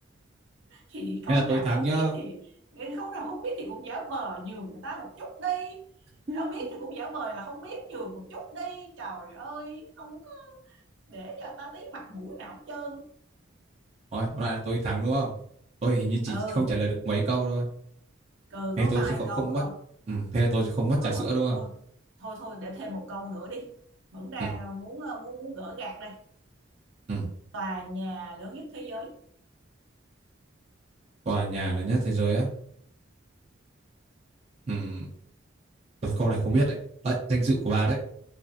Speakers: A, on the right; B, on the right.
A: thì câu
B: Thế là tôi
A: nào
B: thắng
A: không
B: nhá.
A: biết thì cái câu nào không biết thì cũng giả vờ nhường người ta một chút đi
B: <laughs>
A: đâu biết thì cũng giả vờ là không biết nhường một chút đi trời ơi không có để cho ta tí mặt mũi nào hết trơn
B: Thôi, tóm lại là tôi thắng đúng không? Tôi hình như chỉ
A: ừ
B: không trả lời được mấy câu thôi.
A: cừ
B: Thế
A: có
B: tôi
A: vài
B: sẽ không,
A: câu
B: không mất.
A: thôi
B: Ừ, thế là tôi sẽ không mất trà
A: thôi
B: sữa
A: thôi
B: đúng không?
A: thôi thôi thôi để thêm một câu nữa đi vẫn đang
B: Ừ,
A: à, muốn à, muốn muốn gỡ gạc đây
B: ừ.
A: tòa nhà lớn nhất thế giới
B: Tòa nhà lớn nhất thế giới á. Ừ, câu này không biết đấy. Đấy, danh dự của bà đấy.